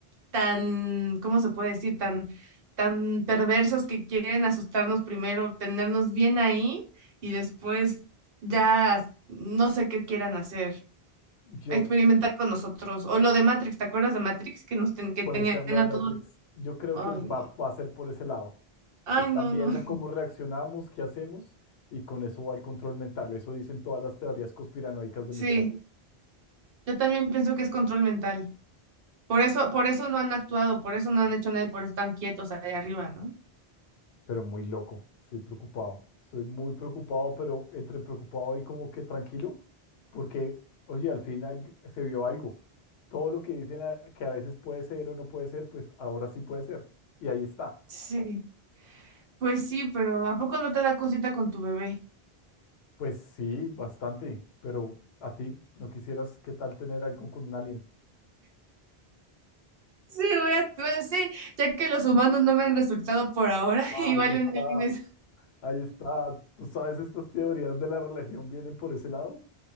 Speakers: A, on the right; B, on the left.
A: tan, ¿cómo se puede decir? Tan, tan perversos que quieren asustarnos primero, tenernos bien ahí y después ya no sé qué quieran hacer,
B: Yo
A: experimentar con nosotros. O lo de Matrix, ¿te acuerdas de Matrix? Que nos ten- que
B: puede
A: tenían
B: ser
A: a
B: lo de Matrix.
A: todos.
B: Yo creo
A: Ay,
B: que va,
A: no,
B: va a ser por ese lado.
A: ay,
B: Están
A: no,
B: viendo
A: no. <laughs>
B: cómo reaccionamos, qué hacemos y con eso va el control mental. Eso dicen todas las teorías conspiranoicas de
A: Sí,
B: mi tío.
A: yo también pienso que es control mental. Por eso, por eso no han actuado, por eso no han hecho nada, y por eso están quietos ahí arriba, ¿no?
B: pero muy loco. Estoy preocupado. Estoy muy preocupado, pero entre preocupado y como que tranquilo, porque, oye, al final se vio algo. Todo lo que dicen a- que a veces puede ser o no puede ser, pues ahora sí puede ser. Y ahí está.
A: Sí, pues sí, pero ¿a poco no te da cosita con tu bebé?
B: Pues sí, bastante, pero a ti, ¿no quisieras qué tal tener algo con un alien?
A: Sí, voy a, pues sí, ya que los humanos no me han resultado por ahora, <laughs>
B: Ah,
A: igual
B: ahí está,
A: y un alien es,
B: ahí está. ¿Tú sabes estas teorías de la religión vienen por ese lado?